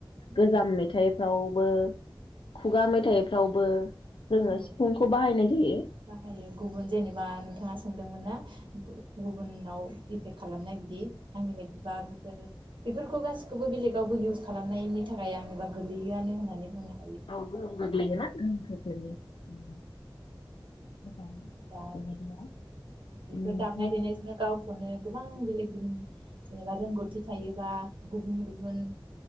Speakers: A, on the right; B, on the left.
A: औ
B: गोजाम मेथाइ मेथाइफ्रावबो खुगा मेथाइफ्रावबो जोंङो
A: औ
B: सिफुं खौ बाहायनाय जायो।
A: बाहायो गुबुन जेनेबा नोंथांङा सोंदोंमोन ना? गुबुनाव इफेक्ट खालामनाय बिदि आंनि बायदिबा बेफोर। बेफोरखौ गासिखौबो बेलेगावबो इउस खालामनायनि थाखाय आंङोबा गोलैयोआनो होननानै बुङो।
B: औ गोहोम गोग्लैगोना गोहोम खोख्लैयो मोजां।
A: दा
B: बेबायदिया
A: बेफोर
B: ओमफ्राय
A: दामनाय देनायजोंनो गाव खौनो गोबां बेलेग गुन जेनेबा रोंगौथि थायोबा गुबुन गुबुन